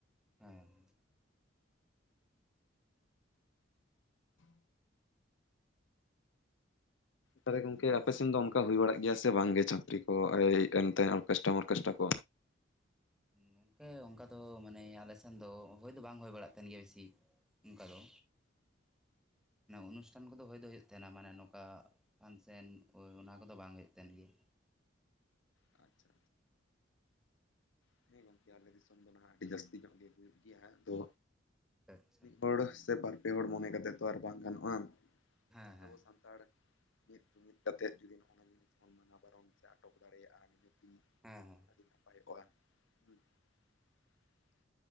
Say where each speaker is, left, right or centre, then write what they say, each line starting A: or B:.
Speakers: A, in the centre; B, on the left (about 75°).
A: ᱦᱮᱸ᱾
B: ᱛᱟᱦᱚᱞᱮ ᱜᱚᱝᱠᱮ ᱟᱯᱮᱥᱱ ᱫᱚ ᱚᱱᱠᱟ ᱦᱩᱭ ᱵᱟᱲᱟᱜ ᱜᱮᱭᱟ ᱥᱮ ᱵᱟᱝ ᱜᱮ ᱪᱟᱹᱠᱨᱤ ᱠᱚ ᱮᱱᱛᱮ? <unintelligible> ᱚᱨᱮᱥᱴᱨᱟ ᱠᱚ᱾
A: ᱜᱚᱢᱠᱮ ᱚᱱᱠᱟ ᱫᱚ ᱢᱟᱱᱮ ᱟᱞᱮ ᱥᱮᱱ ᱫᱚ ᱦᱳᱭ ᱫᱚ ᱵᱟᱝ ᱦᱩᱭ ᱵᱟᱲᱟᱜ ᱛᱟᱦᱮᱱ ᱜᱮᱭᱟ ᱵᱮᱥᱤ᱾ ᱚᱱᱠᱟ ᱫᱚ ᱚᱱᱩᱥᱴᱷᱟᱱ ᱠᱚᱫᱚ ᱦᱚᱭ ᱫᱚ ᱦᱩᱭᱩᱜ ᱛᱟᱦᱮᱱᱟ, ᱢᱟᱱᱮ ᱱᱚᱝᱠᱟ ᱯᱷᱟᱱᱥᱮᱱ ᱦᱳ ᱚᱱᱟ ᱠᱚᱫᱚ ᱵᱟᱝ ᱦᱩᱭᱩᱜ ᱛᱟᱦᱮ ᱜᱮᱭᱟ᱾
B: ᱟᱪᱪᱷᱟ <unintelligible> ᱛᱚ
A: ᱟᱪᱪᱷᱟ ᱟᱪᱪᱷᱟ
B: ᱦᱚᱲ ᱥᱮ ᱵᱟᱨ-ᱯᱮ ᱦᱚᱲ ᱢᱚᱱᱮ ᱠᱟᱛᱮ ᱛᱚ ᱟᱨ ᱵᱟᱝ ᱜᱟᱱᱚᱜᱼᱟ᱾
A: ᱦᱮᱸ ᱦᱮᱸ
B: ᱟᱵᱚ ᱥᱟᱱᱛᱟᱲ ᱢᱤᱫ ᱡᱩᱢᱤᱫ ᱠᱟᱛᱮᱫ ᱡᱩᱫᱤ ᱱᱚᱜᱼᱚᱭ ᱡᱤᱱᱤᱥ ᱵᱚᱱ ᱢᱟᱱᱟ ᱵᱟᱨᱚᱱ ᱥᱮ ᱟᱴᱚᱠ ᱫᱟᱲᱮᱭᱟᱜᱼᱟ, ᱱᱤᱦᱟᱹᱛᱤ
A: ᱦᱮᱸ ᱦᱮᱸ᱾
B: <unintelligible>